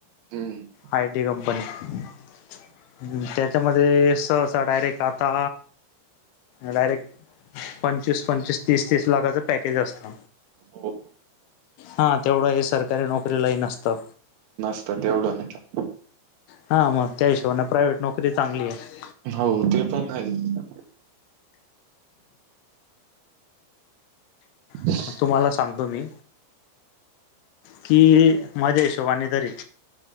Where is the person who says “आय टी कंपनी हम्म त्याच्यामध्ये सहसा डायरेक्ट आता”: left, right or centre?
Left